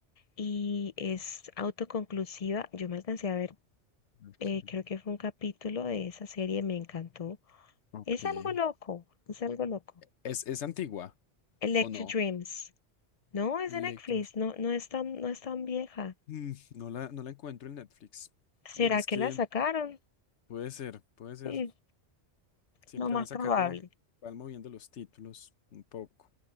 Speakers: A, on the left; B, on the left.
A: y es autoconclusiva. Yo me alcancé a ver,
B: Aquí.
A: eh, creo que fue un capítulo de esa serie, me encantó.
B: Ok.
A: Es
B: E-
A: algo loco, es algo loco.
B: ¿Es, es antigua
A: Electric
B: o no?
A: Dreams. No, es de Netflix,
B: Lectures.
A: no, no es tan, no es tan vieja.
B: Mm, no la, no la encuentro en Netflix.
A: ¿Será
B: Además
A: que
B: que
A: la sacaron?
B: puede ser, puede ser.
A: Mm,
B: Siempre
A: lo más
B: van sacando,
A: probable.
B: van moviendo los títulos un poco.